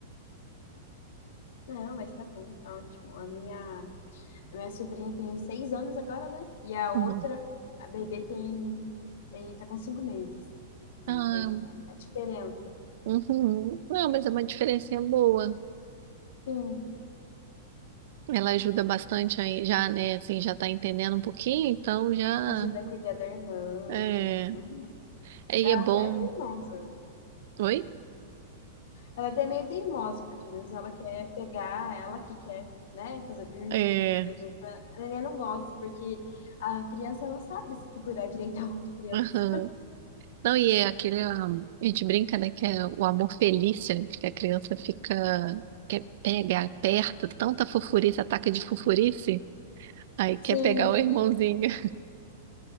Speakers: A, on the left; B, on the right.
A: Não, mas tá bom, tá ótimo. A minha minha sobrinha tem seis anos agora, né? E a outra,
B: Uhum.
A: a bebê tem, tem tá com cinco meses. Então
B: Ah,
A: tem uma, uma diferença.
B: Uhum. Não, mas é uma diferencinha boa.
A: Sim.
B: Ela ajuda bastante aí, já, né? Assim, já tá entendendo um pouquinho, então já.
A: Ajuda a cuidar da irmã,
B: É,
A: tudo. Hum.
B: e
A: Ela
B: é bom.
A: até é teimosa.
B: Oi?
A: Ela até é meio teimosa, porque às vezes ela quer pegar, ela que quer, né, fazer dormir,
B: É.
A: tudo. E às vezes a, a neném não gosta, porque a criança não sabe segurar direito a outra criança.
B: aham. Não, e é aquele. um, A gente brinca, né? Que é o amor felício, que a criança fica. Quer pegar, aperta, tanta fofurice, ataque de fofurice, aí quer
A: Sim,
B: pegar o irmãozinho.
A: sim.